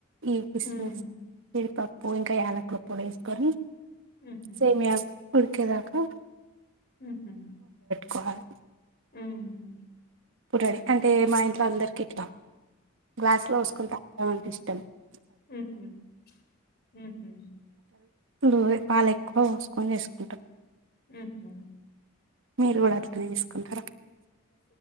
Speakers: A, on the right; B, on the left.
A: ఈ కిస్మస్
B: ఉమ్,
A: జీడిపప్పు <unintelligible> పొడి వేసుకొని
B: ఉహు,
A: సేమియా ఉడికేదాకా
B: మ్మ్ హ్మ్
A: కోవాలి
B: మ్మ్
A: <unintelligible> అంటే మా ఇంట్లో అందరికి ఇట్టం గ్లాస్లో పోసుకొని తాగాలనిపిస్తు ం <unintelligible>
B: మ్మ్ హ్మ్ మ్మ్ హ్మ్
A: ఎప్పుడు పాలు ఎక్కువ పోసుకొని చేసుకుంటాం
B: మ్మ్ హ్మ్
A: మీరు కూడా అట్లనే చేసుకుంటారా